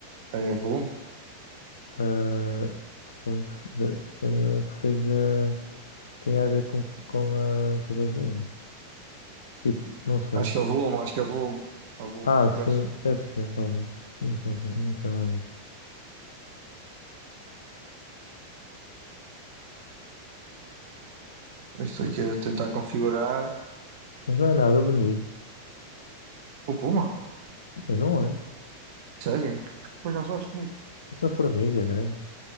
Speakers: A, on the right; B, on the left.
A: É volume?
B: Ah, suponho que, se- suponho que seja. Tenha a ver com, com, a, com a gasolina. Tipo, não sei.
A: Acho que é o volume, acho que é o volume. É o volume
B: Ah,
A: de
B: sim,
A: coisa.
B: deve ser, talvez. Não sei, assim, eu não percebo nada disto.
A: Isto aqui é tentar configurar.
B: Mas não é nada bonito.
A: O Puma?
B: E não é.
A: Sério? Por acaso acho bonito.
B: Parece uma formiga grande.